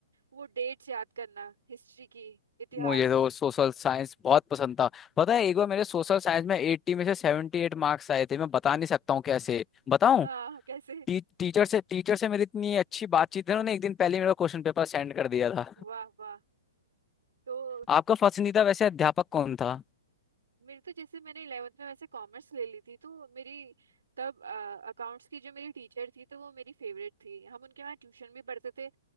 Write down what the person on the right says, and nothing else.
वो डेट्स याद करना हिस्ट्री की इतिहास
हम्म।
हाँ कैसे
वाह वाह तो
मेरे तो जैसे मैंने इलेवेंथ में वैसे कॉमर्स ले ली थी तो मेरी तब अकाउंट्स की जो मेरी टीचर थी तो वो मेरी फेवरेट थी हम उनके वहाँ ट्यूशन भी पढ़ते थे